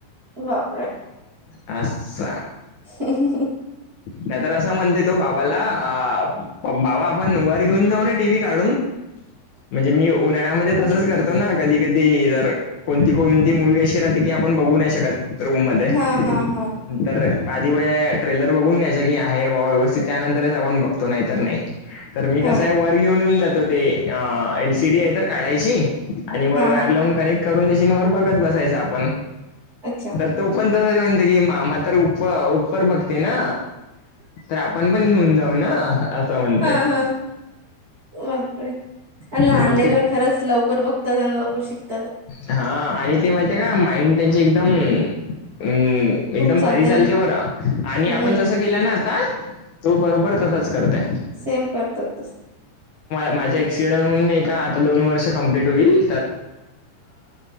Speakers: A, on the right; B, on the left.
A: बापरे
B: अस.
A: ह
B: त्या तर असं म्हणते तो बाबाला बाबा आपण वर घेऊन जाऊ ना टी व्ही काढून म्हणजे मी उन्हाळ्यामध्येच तसच करतो ना कधी कधी जर कोणती कोणती मूवी् अशी राहते की आपण बघू नाही शकत. रूम मध्ये
A: हा हा हा
B: न तरर आधी वया ट्रेलर बघून घ्यायचा की आहे बाबा व्यवस्थित त्यानंतरच आपण बघ. नाही तर नाही तर मी कसं
A: हो
B: आहे वर घेऊन येऊन जातो. ते एलसीडी आहे तर काढायची आणि वर
A: हा
B: वायर
A: हा
B: लावून कनेक्ट करून देशवर बघत बसायच आपण
A: अच्छा
B: तो पण तस म्हणते की मामा तर उ उपर बघते ना तर पणपण नेऊन जाऊ ना असं म्हणते.
A: हा हा बापरे आणि लहान
B: मग
A: लकर
B: ते
A: खरंच लवकर बघतात आणि लवकर शिकतात.
B: हा आणि ते माहिती आहे का माइंड त्यांची एकदम अम एकदम
A: खूप चालतंय
B: भारी चालते बरं आणि
A: हम्म
B: आपण जसं केलं ना आता तू बरोबर तसच करतेय.
A: सेम करतोात तसं.
B: माझा एक्सिडेंट ला आता दोन वर्ष कमप्लीट होईल.